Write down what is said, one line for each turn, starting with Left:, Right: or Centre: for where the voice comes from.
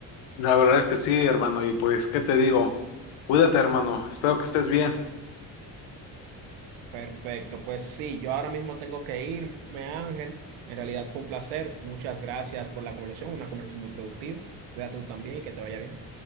Left: La verdad es que sí, hermano, y pues, ¿qué te digo? Cuídate, hermano, espero que estés bien.
Right: Perfecto, pues sí, yo ahora mismo tengo que irme, Ángel. En realidad fue un placer. Muchas gracias por la conversación, una conversación muy productiva. Cuídate tú también y que te vaya bien.